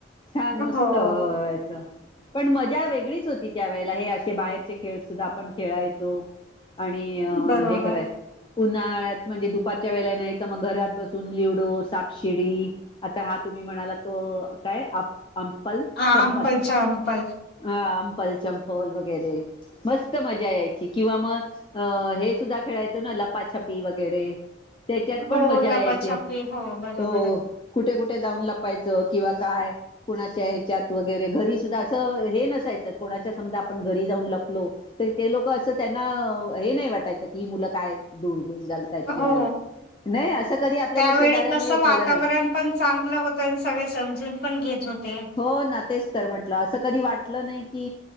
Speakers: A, on the left; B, on the left.
A: छान मस्तवायचं,
B: हो,
A: पण मजा वेगळीच होती. त्या वेळेला हे असे बाहेरचे खेळ सुद्धा आपण खेळायचो. आणि
B: बरोबर.
A: हे करायच उन्हाळ्यात म्हणजे दुपारच्या वेळेला नाही, तर मग घरात बसून ल्युडो सापशिडी आता हा तुम्ही मी म्हणाला तो काय आ अंपल
B: आंपलच्या
A: संपल
B: आंपल.
A: हा. च्म्पल चंपल वगैरे. मस्त मजा यायची किंवा मग अ हे सुद्धा खेळायचो ना, लपाछपी वगैरे, त्याच्यात
B: हो,
A: पण मजा
B: लपाछपी
A: यायची.
B: बरोबर
A: हो
B: आहे.
A: कुठे कुठे? कुठं जाऊन लपायच किंवा काय, कुणाच्या ह्याच्यात वगैरे घरी सुद्धा अस हे नसायचं. कोणाच्या समजा आपण घरी जाऊन लपलो तर, ते लोक असं त्यांना हे नाही वाटायचं की, ही मुलं काय दुअ घूस घालतात किंवा
B: हो.
A: हे. नाही असं कधी आपल्याला
B: त्यावेळी
A: शेजाऱ्यांनी
B: कस
A: हे केलं
B: वातावरण
A: नाही
B: पण चांगलं होतं, आणि सगळे समजून पण घेत होते.
A: हो ना तेच तर म्हटलं असं कधी वाट वाटलं नाही की,